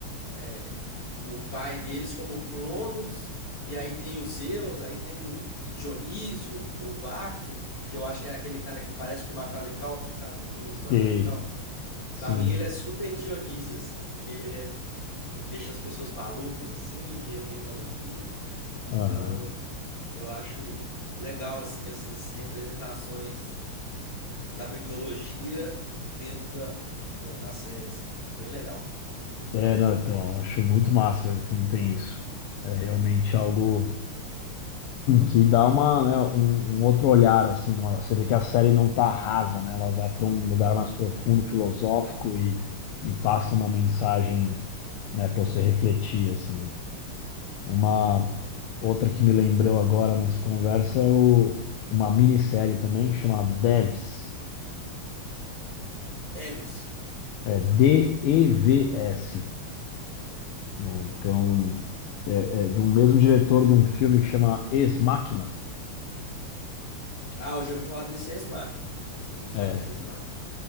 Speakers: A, on the left; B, on the left.
A: é, o pai deles como Cronos, e aí tem o Zeus, aí tem o, o Dionísio, ou Baco, que eu acho que é aquele cara que parece com o Macaulay Culkin, sabe? O primo do Macaulay
B: Sei,
A: Culkin. Pra
B: sim.
A: mim ele é super Dionísio, assim, porque ele é, ele deixa as pessoas malucas, assim, e é meio maluquinho. Então
B: Aham.
A: eu acho legal, assim, essas representações da mitologia dentro da, da, da série, assim. Bem legal.
B: É, não, então, acho muito massa quando tem isso. É realmente algo. que dá uma, né, um, um outro olhar assim, não- você vê que a série não tá rasa, né? Ela vai para um lugar mais profundo, filosófico e, e passa uma mensagem, né, para você refletir assim. Uma outra que me lembrou agora nessa conversa é o, uma minissérie também chamada Devs,
A: Eves,
B: é D-E-V-S, né? Então, é do mesmo diretor de um filme que chama Ex Machina.
A: Ah, eu já ouvi falar desse Ex Machina. Já ouvi falar
B: É,
A: desse Ex Machina.